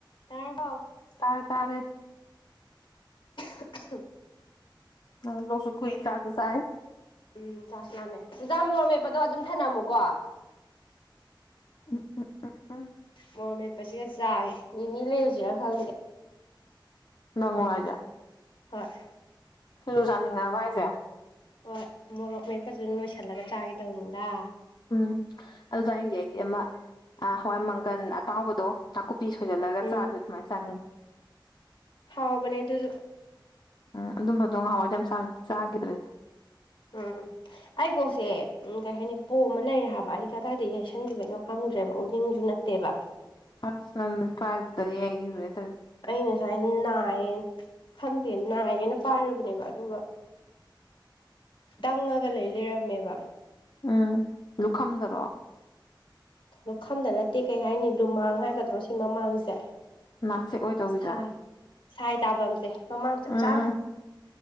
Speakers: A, on the left (about 80°); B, on the left (about 55°).
A: ꯇꯥꯔꯕꯣ
B: ꯇꯥꯔꯦ ꯇꯥꯔꯦ
A: <unintelligible>
B: ꯅꯪ ꯂꯣꯛꯁꯨ ꯈꯨꯏ
A: ꯑꯩ
B: ꯆꯥꯖꯨ ꯆꯥꯏ
A: ꯎꯝ ꯆꯥꯛꯁꯨ ꯂꯥꯝꯃꯦ ꯄꯨꯖꯥ ꯃꯣꯔ ꯃꯦꯞꯄꯗꯣ ꯑꯗꯨꯝ ꯊꯅꯝꯃꯨꯀꯣ
B: ꯎꯝ ꯎꯝ ꯎꯝ
A: ꯃꯣꯔꯝ ꯃꯦꯞꯄꯁꯤꯒ ꯆꯥꯏ ꯃꯤꯃꯤ ꯂꯩꯔꯨꯁꯤꯔꯥ ꯈꯪꯗꯦ
B: ꯂꯪꯋꯥꯖꯥ
A: ꯍꯣꯏ
B: ꯂꯨꯖꯥꯅꯤꯡꯉꯕ ꯍꯥꯏꯁꯦ
A: ꯍꯣꯏ ꯃꯣꯔꯣꯛ ꯃꯦꯠꯄꯗꯨꯅ ꯂꯣꯏꯁꯤꯜꯂꯒ ꯆꯥꯒꯦ ꯇꯧꯕꯅꯤꯗ
B: ꯎꯝ ꯑꯗꯨꯖꯥꯏꯗꯤ ꯑꯩꯗꯤ ꯑꯃ ꯍꯋꯥꯏ ꯃꯪꯒꯟ ꯑꯇꯥꯎꯕꯗꯣ ꯀꯨꯄꯤ ꯁꯣꯏꯖꯜꯂꯒ
A: ꯎꯝ
B: ꯆꯥꯕꯤꯗꯣ ꯑꯗꯨꯃꯥꯏꯅ ꯆꯥꯅ
A: ꯍꯥꯎꯕꯅꯦ ꯑꯗꯨꯁꯨ
B: ꯎꯝ ꯑꯗꯨꯝꯕꯗꯣ ꯉꯍꯥꯎꯋꯥꯏꯗꯤꯥꯗꯤ ꯆꯥꯈꯤꯗ꯭ꯔꯦꯗꯤ
A: ꯎꯝ ꯑꯩꯀꯣꯁꯦ ꯎ ꯀꯩ ꯍꯥꯏꯅꯤ ꯄꯣ ꯑꯃ ꯂꯩꯔꯦ ꯍꯥꯏꯕ ꯑꯩ ꯀꯗꯥꯏꯗꯒꯤ ꯌꯥꯁꯟꯈꯤꯕꯩꯅꯣ ꯈꯪꯗ꯭ꯔꯦꯕ ꯎꯅꯤꯡꯁꯨꯨꯅ ꯇꯦꯕ
B: ꯑꯁ ꯅꯪ ꯀꯜꯗꯦ ꯍꯦꯒ ꯏꯔ
A: ꯑꯩꯅ ꯁꯨꯃꯥꯏ ꯅꯥꯏꯌꯦꯅ ꯈꯪꯗꯦ ꯅꯥꯏꯌꯦꯅ ꯄꯥꯏꯔꯨꯕꯅꯦꯕ ꯑꯗꯨꯒ ꯇꯪꯉꯒ ꯂꯩ ꯂꯩꯔꯝꯃꯦꯕ
B: ꯎꯝ ꯂꯨꯈꯝꯗꯔꯣ
A: ꯑꯗꯨ ꯈꯝꯗ ꯅꯠꯇꯦ ꯀꯩ ꯍꯥꯏꯅꯤ ꯂꯨꯃꯥꯡ ꯍꯥꯏꯒꯗ꯭ꯔꯣ ꯁꯤ ꯃꯃꯥꯡꯁꯦ
B: ꯅꯥꯆꯦꯛ ꯑꯣꯏ ꯇꯧꯕꯤꯗꯣ
A: ꯁꯥꯏ ꯁꯥꯏ ꯇꯥꯐꯝꯁꯦ ꯃꯃꯥꯡ ꯆꯞ
B: ꯎꯝ
A: ꯆꯥꯅ
B: ꯎꯝ